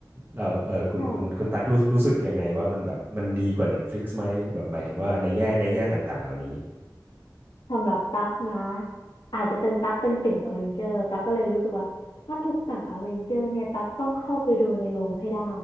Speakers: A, on the right; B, on the left.
A: เราเออคุณคุณคุณตักรู้รู้สึกยังไงว่ามันแบบมันดีกว่า
B: ใช่ค่ะ
A: Netflix ไหมแบบหมายถึงว่าในแง่ในแง่ต่างๆเหล่านี้
B: สำหรับตั๊กนะอาจจะเป็นตั๊กเป็นติ่งอเวนเจอร์ตั๊กก็เลยรู้สึกว่าถ้าทุกหนังอเวนเจอร์เนี่ยตั๊กต้องเข้าไปดูในโรงให้ได้